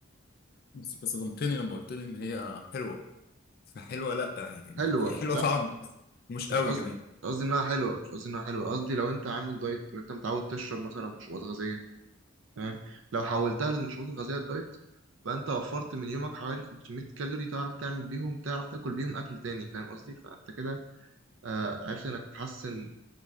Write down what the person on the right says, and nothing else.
حلوه
لا
مش
قصدي
مش قصدي انها حلوه مش قصدي انها حلوه قصدي لو انت عامل دايت وانت متعود تشرب مثلا مشروبات غازيه تمام لو حولتها للمشروبات الغازيه الدايت فانت وفرت من يومك حوالي 500 كالوري تعرف تعمل بيهم تعرف تاكل بيهم اكل تاني فاهم قصدي فانت كده آه، عرفت انك تحسن